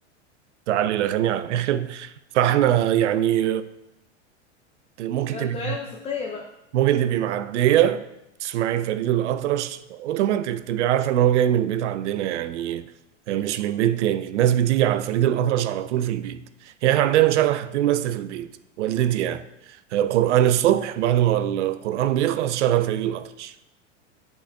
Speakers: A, on the right (about 70°); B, on the left (about 15°).
A: وتعلي الأغاني على الآخر فإحنا يعني ممكن
B: آه،
A: تبقي
B: طلع موسيقية بقى
A: ممكن تبقي معدية تسمعي فريد الأطرش أوتوماتيك تبقي عارفة إن هو جاي من بيت عندنا يعني آه، مش من بيت تاني الناس بتيجي على فريد الأطرش على طول في البيت يعني إحنا عندنا بنشغل حاجتين بس في البيت والدتي يعني آه، قرآن الصبح بعد ما القرآن بيخلص شغل فريد الأطرش